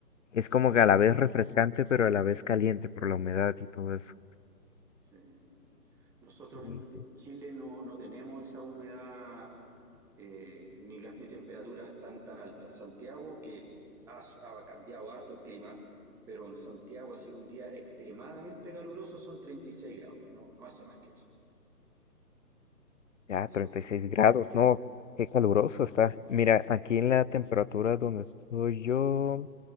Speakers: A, on the left (about 50°); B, in the centre.
A: es como que a la vez refrescante, pero a la vez caliente por la humedad y todo eso.
B: Sí, sí. Nosotros
A: Sí,
B: en,
A: sí.
B: en Chile no, no tenemos esa humedad eh, ni las ni temperaturas tan tan altas. Santiago, que ha, ha cambiado harto el clima, pero en Santiago ha sido un día extremadamente caluroso, son 36 grados, no, no hace más que eso.
A: Ya,
B: Y
A: 36
B: son-
A: grados, no, qué caluroso está. Mira, aquí en la temperatura donde estoy yo,